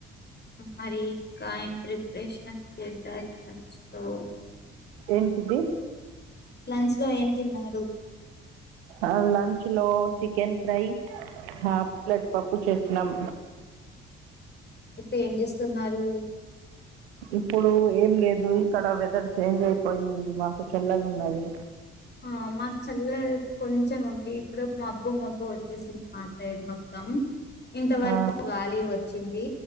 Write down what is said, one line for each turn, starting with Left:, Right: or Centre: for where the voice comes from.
Left: మరి ఇంకా ఏం ప్రిపరేషన్ చేసారు లంచ్ లో
Right: ఏంటిది
Left: లంచ్ లో ఏం తిన్నారు
Right: ఆ లంచ్ లో చికెన్ ఫ్రై హా హాఫ్ ప్లేట్ పప్పు చేసిన్నాం
Left: ఇప్పుడు ఏం చేస్తున్నారు
Right: ఇప్పుడు ఏం లేదు ఇక్కడ వెదర్ చేంజ్ అయిపోయింది మాకు చల్లగా ఉండాలి
Left: ఆ మాకు చల్ల కొంచెం ఉంది ఇప్పుడు మబ్బు మబ్బు వచ్చ కురిసింది మా సైడ్ మొత్తం ఇంత వరకు
Right: ఆ,
Left: గాలి వచ్చింది